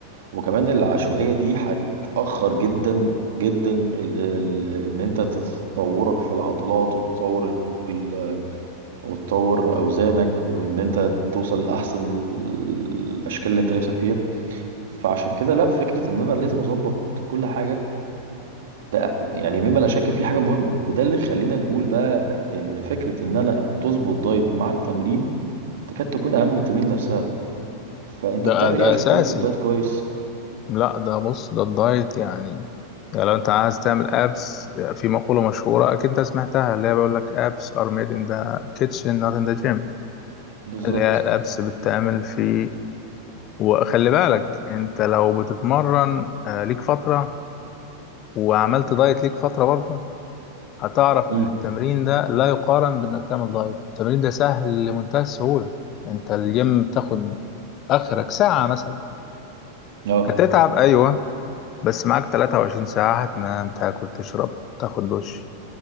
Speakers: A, on the right; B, on the left.
A: وكمان العشوائية دي هتأخر جدا جدا ال ال ان انت تتطورك في العضلات وتطور ال- وتطور اوزانك وان انت توصل لاحسن ال- الاشكال اللي انت نفسك فيها فعشان كده لا فكرة ان انا لازم اظبط كل حاجة ده يعني مما لا شك فيه حاجة مهمة وده اللي خلينا نقول بقى ان فكرة ان انا تظبط دايت مع التمرين تكاد تكون اهم من التمرين نفسها فانت
B: ده
A: بتعمل
B: ده
A: ايه عشان
B: اساسي
A: تظبط دايت كويس
B: لا ده بص ده الدايت يعني يعني لو انت عايز تعمل ابس في مقوله مشهوره اكيد انت سمعتها اللي هي بيقول لك ابس ار ميد ان ذا كيتشن نوت ان ذا جيم
A: بالظبط
B: اللي هي الابس بتتعمل في وخلي بالك انت لو بتتمرن آه، ليك فتره وعملت دايت ليك فتره برضه هتعرف
A: امم
B: ان التمرين ده لا يقارن بانك تعمل دايت التمرين ده سهل لمنتهى السهولة انت الجيم بتاخد اخرك ساعة مثلا
A: اه
B: هتتعب ايوه بس معاك 23 ساعة هتنام تاكل تشرب تاخد دش